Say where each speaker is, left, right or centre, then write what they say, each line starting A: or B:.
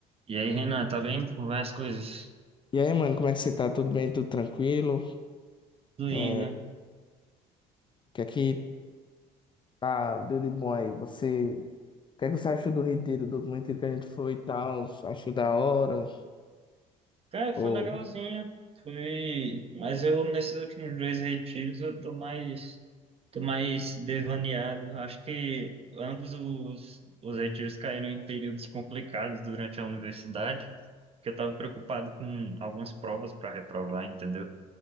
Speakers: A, on the right; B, on the left.
A: E aí, Renan, tá bem? Como vai as coisas?
B: E aí, mano, como é que você tá? Tudo bem? Tudo tranquilo?
A: Tudo indo.
B: É, o que é que tá, deu de bom aí? Você, o que é que você achou do retiro, do último retiro que a gente foi e tal? Achou da hora?
A: Cara, foi
B: Ou...
A: legalzinho. Foi. Mas eu, nesses últimos dois retiros, eu tô mais. Tô mais devaneado. Acho que ambos os, os retiros caíram em períodos complicados durante a universidade, porque eu tava preocupado com algumas provas para reprovar, entendeu?